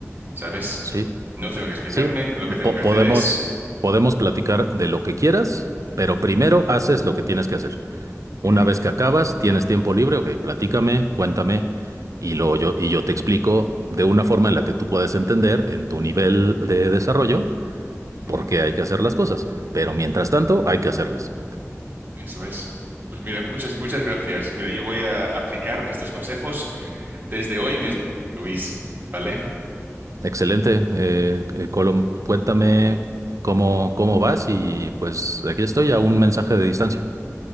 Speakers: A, on the right; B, on the right.
A: ¿sabes?
B: Sí.
A: No tengo que explicarme,
B: Sí,
A: lo que tengo
B: po-
A: que hacer
B: podemos,
A: es...
B: podemos platicar de lo que quieras, pero primero haces lo que tienes que hacer.
A: mm,
B: Una vez que acabas, tienes tiempo libre, ok, platícame, cuéntame, y luego yo, y yo te explico de una forma en la que tú puedas entender en tu nivel de desarrollo por
A: ujú,
B: qué hay que hacer las cosas. Pero mientras tanto, hay que hacerlas.
A: eso es. Pues mira, muchas, muchas gracias. Mira, yo voy a aplicar estos consejos desde hoy mismo, Luis, ¿vale?
B: Excelente, eh, eh, Colom, cuéntame cómo, cómo vas y pues aquí estoy a un mensaje de distancia.